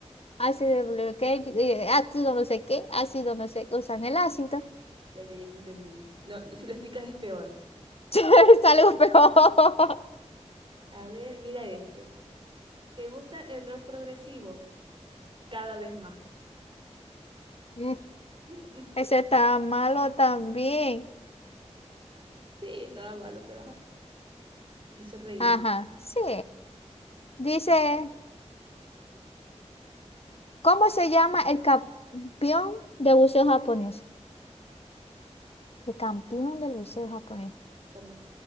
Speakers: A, on the left; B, on the right.
A: ácido, de bloque- eh, ácido no sé qué, ácido no sé, usan el ácido. <laughs>
B: ya, ya, ya te entendí. No, no, si lo explicas es peor.
A: Es algo peor.
B: A ver, mira este. ¿Te gusta el rock progresivo? Cada vez más.
A: Mm,
B: <laughs>
A: Ese está malo también.
B: Sí, estaba malo, pero ajá. Hizo reír.
A: Ajá, sí. Dice,
B: A ver,
A: ¿cómo se llama el campeón de buceo japonés? El campeón del buceo japonés.
B: ¿Cómo?